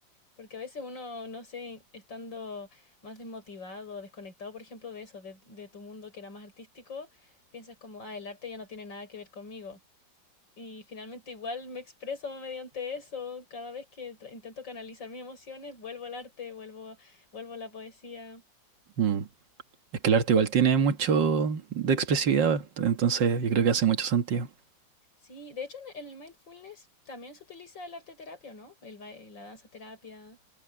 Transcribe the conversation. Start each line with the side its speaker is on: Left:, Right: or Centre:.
Left: Porque a veces uno, no sé, estando más desmotivado, desconectado, por ejemplo, de eso, de, de tu mundo que era más artístico, piensas como, ah, el arte ya no tiene nada que ver conmigo. Y finalmente igual me expreso mediante eso. Cada vez que tra- intento canalizar mis emociones, vuelvo al arte, vuelvo, vuelvo a la poesía.
Right: Mm. Es que el arte igual tiene mucho de expresividad, entonces yo creo que hace mucho sentido.
Left: Sí, de hecho en en el mindfulness también se utiliza el arte terapia, ¿no? El baile, la danza terapia.